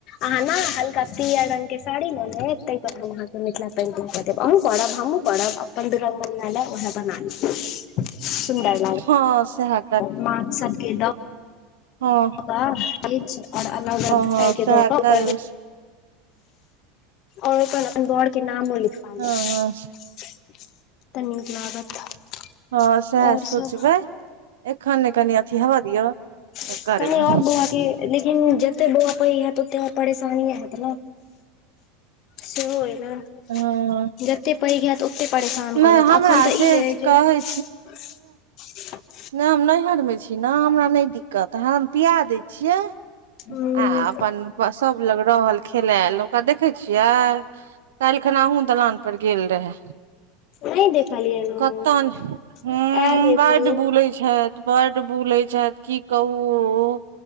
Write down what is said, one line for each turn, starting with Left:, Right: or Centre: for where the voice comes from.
Left: अहाँ न हल्का पीयर रंग कऽ साड़ी ल लेब तैय पर हम अहाँकेँ मिथिला पेंटिंग कऽ देब अहुँ करब हमूँ करब अपन दुरगमनीयां ओहै बाना लेब सुन्दर लागत
Right: हँ सएह
Left: <inaudible> माछ सब केँ द
Right: हऽ
Left: <unintelligible> और अलग अलग <unintelligible>
Right: हँ सएह
Left: और
Right: करबै
Left: ओ अपन बर केँ नामो लिखवा लेब
Right: हँ हँ
Left: <inaudible> तऽ नीक लागत <unintelligible>
Right: हँ से है
Left: और
Right: सोचबै
Left: सब
Right: एखन नै कनी अथी हैव दियौ
Left: <unintelligible>
Right: तऽ करबै
Left: कनी और बौआ लेकिन जते बौआ पैघ हैत ओते और परेशानीये हैत न से हो अइ न
Right: हँ
Left: <inaudible> जते पैघ हैत ओते परेशान
Right: नहि
Left: करत
Right: हमरा
Left: एखन तऽ
Right: से
Left: ई अ जे
Right: कहै
Left: <unintelligible>
Right: नै हम नैहर में छी ना हमरा नै दिक्कत हम पीआ दै छियै <inaudible>
Left: उम्म
Right: आ अपन सब लग रहल खेलायल ओकरा देखे छियै काल्ह खेना अहुँ दलान पर गेल रहे
Left: नहि देखलियैन हम
Right: कतन हुँ
Left: आयल हेथिन
Right: बै बुलै छैथ बड बुलै छैथ की कहू